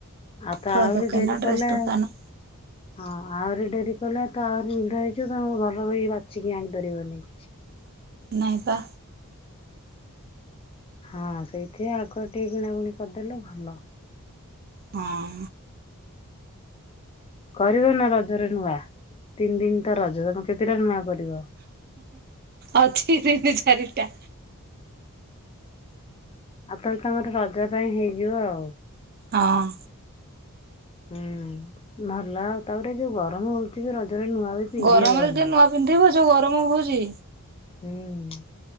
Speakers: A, on the left (about 25°); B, on the right (about 45°).
A: ଆଉ ତ
B: ଫଳ
A: ଆହୁରି
B: ଦୋକାନ
A: ଡେରି
B: ଡ୍ରେସ୍
A: କଲେ
B: ଦୋକାନ।
A: ହଁ ଆହୁରି ଡେରି କଲେ ତ ଆହୁରି ଭିଡା ହେଇଯିବ ତମେ ଭଲକିରିବାଛିକି ଆଣିପାରିବନି।
B: ନାଇଁ ପା।
A: ହଁ ସେଇଥି ଆଗୁଆଟିକେ କିଣାକିଣି କରିଦେଲେ ଭଲ।
B: ହଁ।
A: କରିବ ନା ରଜରେ ନୂଆ ତିନି ଦିନ ତ ରଜ ତମେ କେତେଟା ନୂଆ କରିବ।
B: ଅଛି ତିନି ଚାରିଟା।
A: ଆଉ ତାହେଲେ ତମର ରଜା ପାଇଁ ହେଇଯିବ ଆଉ।
B: ହଁ।
A: ହୁଁ ଭଲ ତାପରେ ଯୋଉ ଗରମ ହଉଛି ଯେ ରଜରେ ନୂଆ ବି। ପିନ୍ଧି
B: ଗରମରେ
A: ହବନି।
B: ଯିଏନୂଆ ପିନ୍ଧିବ ଯୋଉ ଗରମ ହଉଚି।
A: ହୁଁ।